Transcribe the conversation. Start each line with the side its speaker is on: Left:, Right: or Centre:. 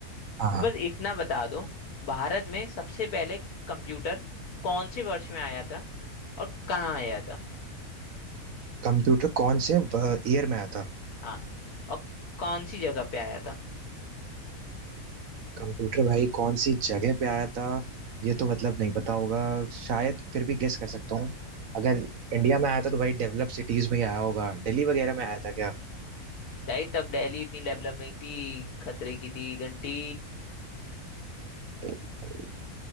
Right: हाँ
Left: तो बस इतना बता दो भारत में सबसे पहले कंप्यूटर कौन से वर्ष में आया था और कहाँ आया था
Right: कंप्यूटर कौन से ईयर में आया था
Left: हाँ और कौन सी जगह पे आया था
Right: कंप्यूटर भाई कौन सी जगह पे आया था ये तो मतलब नहीं पता होगा शायद फिर भी गेस कर सकता हूँ अगर इंडिया में आया था तो भाई डेवलप सिटीज में ही आया होगा दिल्ली वगैरह में आया था क्या
Left: दाई तब दिल्ली इतनी डेवलप नहीं थी खतरे की थी घंटी
Right: तो भाई